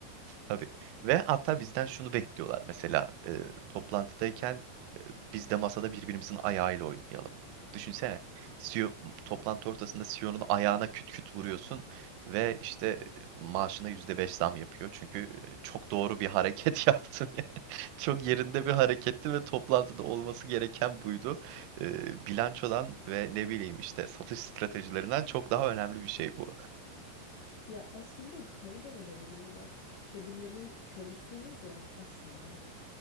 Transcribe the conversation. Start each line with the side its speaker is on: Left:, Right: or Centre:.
Right: Tabii. Ve hatta bizden şunu bekliyorlar mesela e, toplantıdayken biz de masada birbirimizin ayağıyla oynayalım. Düşünsene CEO, toplantı ortasında CEO'nun ayağına küt küt vuruyorsun ve işte e, maaşına %5 zam yapıyor. Çünkü e, çok doğru bir hareket <laughs> yaptın çok yerinde bir hareketti ve toplantıda olması gereken buydu. Ee, bilançodan ve ne bileyim işte satış stratejilerinden çok daha önemli bir şey bu.
Left: Ya aslında şey de olabilir bak. Kedilerin kölesiyiz ya aslında.